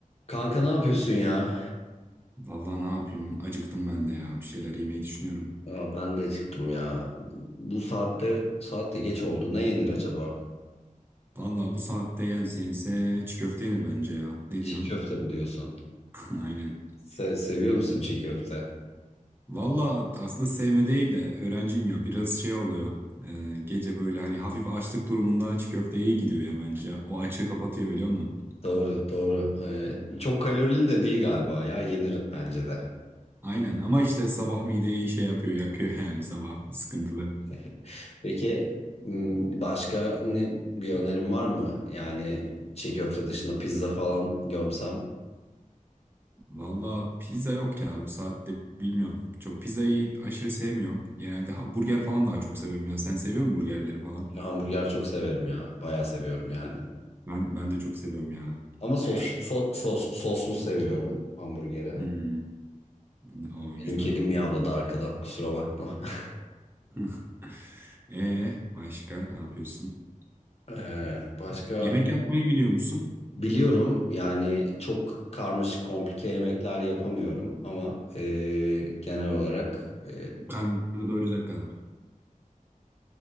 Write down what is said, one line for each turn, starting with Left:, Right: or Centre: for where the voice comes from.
Left: Kanka ne yapıyorsun ya?
Right: Vallahi ne yapayım? Acıktım ben de ya. Bir şeyler yemeyi düşünüyorum.
Left: Ya ben de acıktım ya. Bu saatte saatte geç oldu. Ne yenir acaba?
Right: Vallahi bu saatte yense yense çiğ köfte yenir bence ya. Ne
Left: Çiğ
Right: diyorsun?
Left: köfte mi diyorsun?
Right: <laughs> Aynen.
Left: Se- seviyor musun çiğ köfte?
Right: Vallahi aslında sevme değil de öğrenciyim ya. Biraz şey oluyor. Ee, gece böyle hani hafif açlık durumunda çiğ köfte iyi gidiyor ya bence. O açığı kapatıyor biliyor musun?
Left: Doğru, doğru. Ee, çok kalorili de değil galiba ya. Yenir bence de.
Right: Aynen ama işte sabah mideyi şey yapıyor yakıyor <laughs> yani sabah sıkıntılı.
Left: <laughs> Peki m, başka ne- bir önerim var mı? Yani çiğ köfte dışında pizza falan gömsem.
Right: Valla pizza yok ya bu saatte bilmiyorum. Çok pizzayı aşırı sevmiyorum. Genelde ha- burger falan daha çok seviyorum ya. Sen seviyor musun burgerleri falan?
Left: Hamburger çok severim ya. Bayağı seviyorum yani.
Right: Ben ben de çok seviyorum ya.
Left: Ama sos, so- sos, soslu seviyorum hamburgeri.
Right: Hmm. O
Left: Benim
Right: güzel.
Left: kedim miyavladı arkadan kusura bakma. <laughs>
Right: <laughs> E başka ne yapıyorsun?
Left: Ee, başka
Right: Yemek yapmayı biliyor musun?
Left: biliyorum yani çok karmaşık komplike yemekler yapamıyorum ama e, genel olarak e,
Right: Karnını doyuracak kadar.